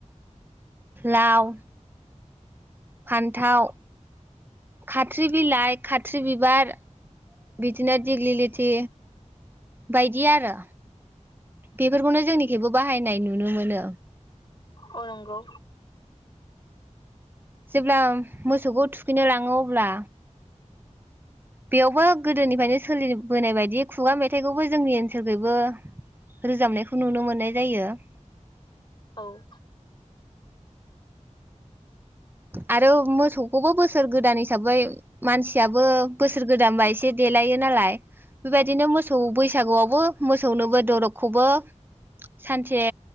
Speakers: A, on the right; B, on the left.
A: लाव फान्थाव खाथ्रि बिलाइ खाथ्रि बिबार बिदिनो दिग्लि लिथि बायदि आरो बेफोरखौनो जोंनिखैबो बाहायनाय नुनो मोनो ।
B: अ नंगौ।
A: जेब्ला मोसौखौ थुखैनो लाङो अब्ला बेयावबो गोदोनिफायनो सोलिबोनाय बायदि खुगा मेथाइखौबो जोंनि ओनसोलखैबो रोजाबनायखौ नुनो मोननाय जायो ।
B: औ
A: आरो मोसौखौबो बोसोर गोदान हिसाबै मानसियाबो बोसोर गोदानबा एसे देलायो नालाय बेबायदिनो मोसौ बैसागुआवबो मोसौनोबो दरबखौबो सानसे